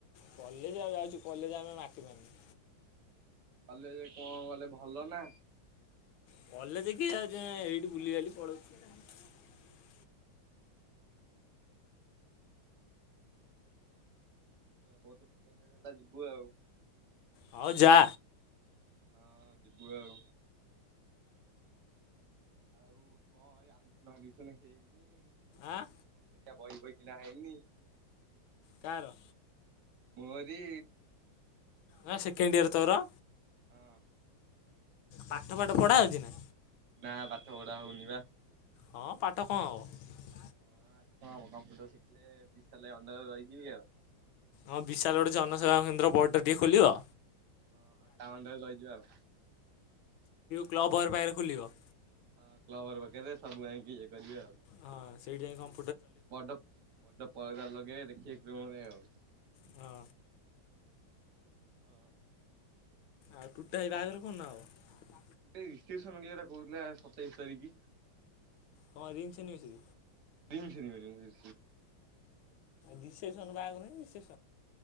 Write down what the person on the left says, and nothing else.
କଲେଜ ଆଉ ଯାଉଚୁ କଲେଜ ଆମେ ମାଟିମାଡିନୁ।
କଲେଜ କିିଏ ଯାଉଚି ଏଇଠି ବୁଲିବାଲି ପଳଉଛୁ। <inaudible>
ହଉ ଯା।
ଆଁ।
କାହାର।
ନାଁ ସେକେଣ୍ଡ ୟର୍ ତୋର
ପାଠ ଫାଠ ପଢା ହଉଛି ନା।
ହଁ ପାଠ କଣ ହବ।
ହଁ ବିଶାଳ ଗୋଟେ ଜନସେବା କେନ୍ଦ୍ର ପର୍ଟା ଟିକେ ଖୋଲିବ।
କ୍ଲବ ଘର ପାଖରେ ଖୋଲିବ।
ହଁ ସେଇଠି ଯାଇକି କମ
ହଁ।
ଆଉ ଟୁଟୁ ବାହାଘର କୋଉଡଦିନ ହେବ?
ହଁ Ring ceremony.
Reception ବାହାଘର ରିସେପ୍ସନ।